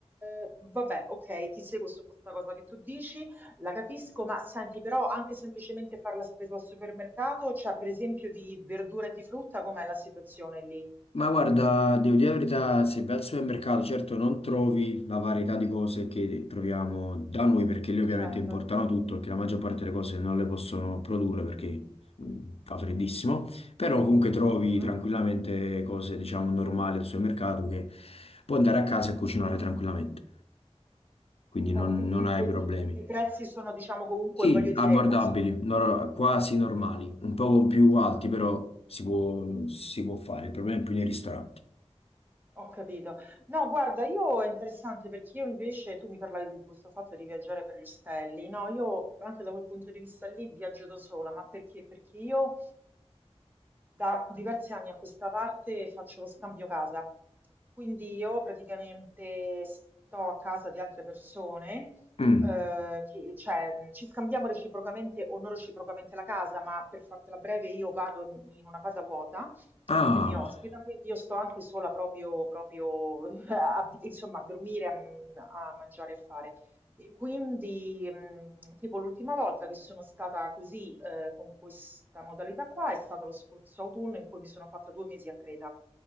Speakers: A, on the right; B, on the left.
A: eh, vabbè, ok, ti seguo su questa cosa che tu dici, la capisco, ma senti, però anche semplicemente fare la spesa al supermercato, cioè per esempio di verdura e di frutta, com'è la situazione lì?
B: Ma guarda, devo dire la verità, se vai al supermercato, certo non trovi la varietà di cose che troviamo da noi, perché lì ovviamente
A: Certo.
B: importano tutto, perché la maggior parte delle cose non le possono produrre perché mh, fa freddissimo, però comunque trovi
A: Mhm.
B: tranquillamente cose, diciamo, normali al supermercato che puoi andare a casa e cucinare tranquillamente, quindi
A: Oh,
B: non,
A: mm,
B: non
A: mm,
B: hai
A: e,
B: problemi.
A: e i prezzi sono, diciamo, comunque,
B: Sì,
A: voglio dire,
B: abbordabili,
A: uno su...
B: nor- quasi normali,
A: Mm,
B: un po' più alti,
A: ho capito.
B: però si può, si può fare, il problema è più nei ristoranti.
A: Ho capito. No, guarda, io è interessante perché io invece, tu mi parlavi di questo fatto di viaggiare per gli stelli, no, io anche da quel punto di vista lì viaggio da sola, ma perché? Perché io da diversi anni a questa parte faccio lo scambio casa, quindi io praticamente sto a casa di altre persone,
B: Mm.
A: eh, che- cioè mh, ci scambiamo reciprocamente o non reciprocamente la casa, ma per fartela breve io vado in in una casa vuota
B: Ah,
A: che mi ospita, quindi io sto anche sola proprio, proprio <laughs> a- insomma, a dormire, a, a mangiare e a fare. E quindi, mh, tipo l'ultima volta che sono stata così, eh, con questa modalità qua è stato lo scorso autunno in cui mi sono fatta due mesi a Creta,